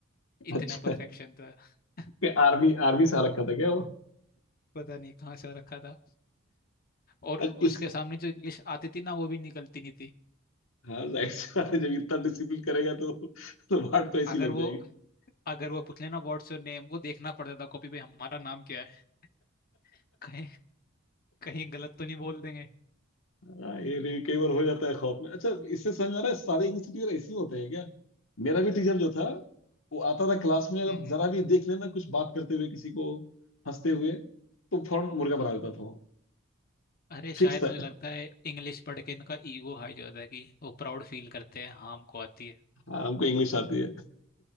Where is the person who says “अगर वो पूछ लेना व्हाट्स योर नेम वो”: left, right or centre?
Left